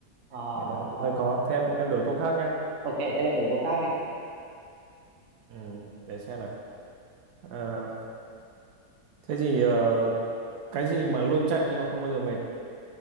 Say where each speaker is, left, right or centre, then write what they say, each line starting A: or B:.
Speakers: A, on the right; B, on the right.
A: ờ
B: nên
A: ờ
B: là cũng
A: ờ
B: hơi
A: ờ,
B: khó thế
A: hình-
B: em em
A: hình.
B: đổi câu khác nhá
A: ok thế em đổi câu khác đi
B: ừ. để xem nào Ờ, thế thì ờ, cái gì mà luôn chạy nhưng mà không bao giờ mệt